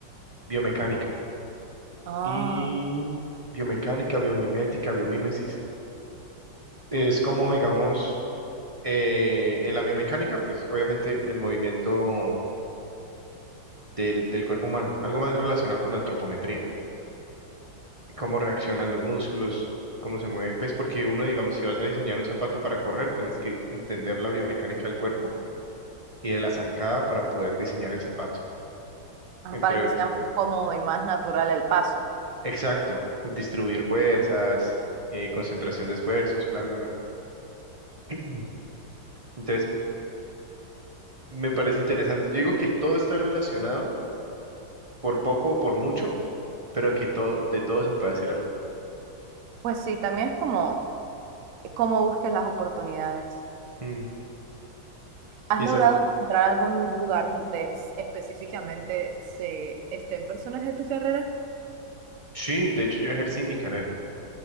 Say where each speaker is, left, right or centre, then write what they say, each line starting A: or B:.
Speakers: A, on the right (about 25°); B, on the right (about 55°).
A: biomecánica.
B: Ah,
A: Y biomecánica, biomimética, biomimesis. Es como, digamos, eh, en la biomecánica, pues obviamente el movimiento del, del cuerpo humano, algo más relacionado con la antropometría. cómo reaccionan los músculos, cómo se mueve, pues porque uno, digamos, si vas a diseñar un zapato para correr, tienes que entender la biomecánica del cuerpo y de la zancada para poder diseñar el zapato,
B: ah,
A: entre
B: para que
A: otras
B: sea
A: cosas.
B: más cómodo y más natural el paso.
A: Exacto, distribuir fuerzas, eh, concentración de esfuerzos, bla, bla, bla. <clears throat> Entonces, me parece interesante. Yo digo que todo está relacionado, por poco o por mucho, pero que todo, de todo se puede hacer algo.
B: Pues sí, también es como cómo busques las oportunidades.
A: Mm.
B: ¿Has
A: Y
B: logrado
A: eso,
B: encontrar algún lugar donde es- específicamente se estén personas de tu carrera?
A: sí, de hecho yo ejercí mi carrera.